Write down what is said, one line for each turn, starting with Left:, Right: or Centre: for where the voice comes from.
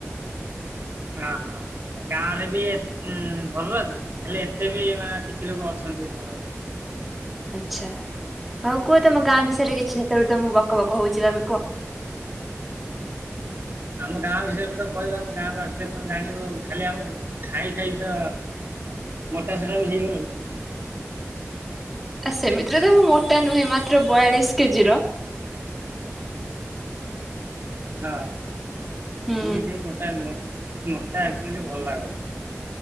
Right: ଅ ହଁ। ଗାଁରେ ବି ଉ ଭଲ ଯେ ହେଲେ ଏତେ ବି ମାନେ କିଛି ଲୋକ ଅଛନ୍ତି ଭଲ।
Centre: ଆଚ୍ଛା, ହଉ କୁହ ତମ ଗାଁ ବିଷୟରେ କିଛି? ସେତେବେଳେ ତ ମୁଁ ବକ ବକ ହଉଛି ତମେ କୁହ?
Right: ଆମ ଗାଁ ବିଷୟରେ ତ କହିବ ଆମ ଗାଁକୁ ଆସିଲେ ତମେ ଜାଣିବ ଖାଲି ଆମେ ଖାଇ ଖାଇ ତ ମୋଟା ସୋଟା ବି ହେଇ ଗଲୁଣି।
Centre: ଆ ସେମିତିରେ ତ ମୁଁ ମୋଟା ନୁହେଁ ମାତ୍ର ବୟାଳିଶ କେଜି ର।
Right: ହଁ
Centre: ହୁଁ।
Right: ମୁଁ ବି ସେଇ ମୋଟା ନୁହଁ ମୋଟା ଆକଚୁଆଲି ଭଲ ନୁହଁ।